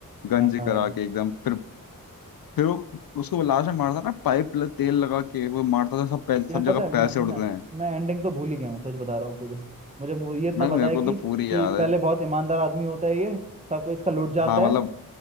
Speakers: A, on the left; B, on the right.
A: गंज
B: हाँ, भाई।
A: करा के एकदम फिर फिर वो उसको लास्ट में मारता है ना पाइप ल- तेल लगा के वो मारता था सब पै-
B: यार
A: सब
B: पता
A: जगह
B: है मैं
A: पैसे
B: मैं
A: उड़ते हैं
B: मैं एंडिंग तो भूल ही गया हूँ सच बता रहा हूँ तुझे मुझे मु- ये इतना
A: भाई
B: पता
A: मेरे
B: है
A: को
B: कि
A: तो पूरी
B: कि
A: याद
B: पहले
A: है
B: बहुत ईमानदार आदमी होता है ये सबको इसका लुट जाता
A: हाँ मतलब
B: है